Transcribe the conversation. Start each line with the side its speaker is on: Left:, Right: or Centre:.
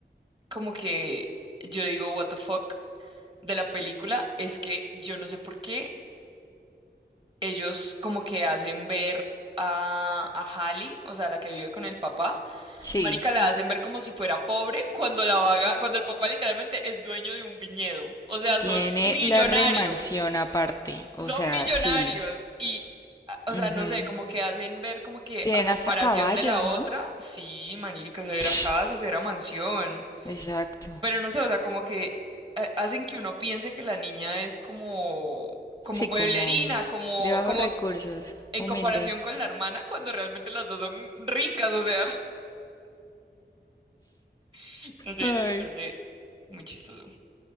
Right: Como que yo digo, what the fuck de la película es que yo no sé por qué ellos como que hacen ver a, a Hallie, o sea, la que vive con el papá,
Left: Sí,
Right: marica, la hacen ver como si fuera pobre cuando la vaga, cuando el papá literalmente es dueño de un viñedo. O sea,
Left: tiene
Right: son millonarios,
Left: la remansión aparte, o
Right: son
Left: sea,
Right: millonarios
Left: sí.
Right: y a- O
Left: ujú.
Right: sea, no sé, como que hacen ver como que
Left: Tienen
Right: a comparación
Left: hasta caballos,
Right: de la otra,
Left: ¿no?
Right: sí, marica, se verá
Left: <sniffs> Psh,
Right: casa, se verá mansión.
Left: Exacto.
Right: Pero no sé, o sea, como que eh, hacen que uno piense que la niña es como, como
Left: Sí,
Right: pueblerina,
Left: como
Right: como,
Left: de bajos
Right: como
Left: recursos,
Right: en
Left: humilde.
Right: comparación con la hermana, cuando realmente las dos son ricas, o sea, <laughs> no sé,
Left: Ay.
Right: eso me parece muy chistoso. O